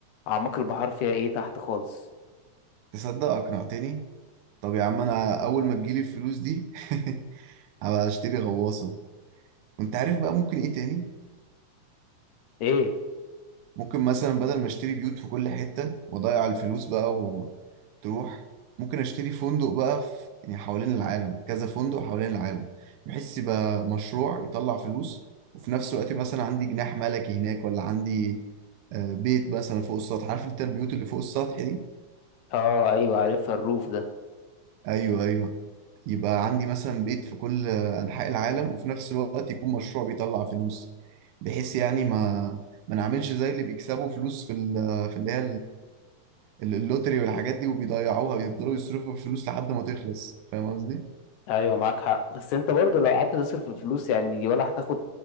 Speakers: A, on the left (about 75°); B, on the right (about 85°).
A: أعماق البحار فيها إيه تحت خالص
B: تصدق اقنعتني طب يا عم انا اول ما تجيلي الفلوس دي <laughs> هبقى اشتري غواصه وانت عارف بقى ممكن ايه تاني
A: إيه
B: ممكن مثلا بدل ما اشتري بيوت في كل حتة واضيع الفلوس بقى وتروح ممكن اشتري فندق بقى في يعني حوالين العالم كذا فندق حوالين العالم بحيث يبقى مشروع يطلع فلوس وفي نفس الوقت مثلا عندي جناح ملكي هناك ولا عندي آه، بيت مثلا فوق السطح عارف انت البيوت اللي فوق السطح دي
A: آه أيوة عارفها الروف ده
B: ايوه ايوه يبقى عندي مثلا بيت في كل آه، انحاء العالم وفي نفس الوقت يكون مشروع بيطلع فلوس بحيث يعني ما ما نعملش زي اللي بيكسبوا فلوس في ال- في اللي هي ال- اللوتري والحاجات دي وبيضيعوها بيفضلوا يصرفوا في الفلوس لحد ما تخلص فاهم قصدي
A: أيوة معاك حق بس أنت برضو لو قعدت تصرف الفلوس يعني دي ولا هتاخد